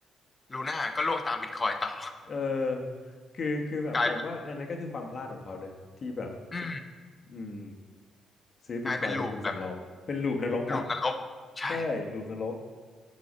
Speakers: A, on the left; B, on the left.
A: ลูน่าก็ล่วงตามบิตคอยต่อ
B: เออคือ คือแบบผมว่าอันนั้นก็คือความพลาดของเขาเนอะที่แบบ
A: <laughs> กลายเป็นอืม
B: อืมซื้อบิตคอยน์เป็นทุนสำรอง
A: กลายเป็นลูปแบบ
B: เป็นลูปนรกอ่ะ
A: ลูปนรกใช่
B: ใช่ลูปนรก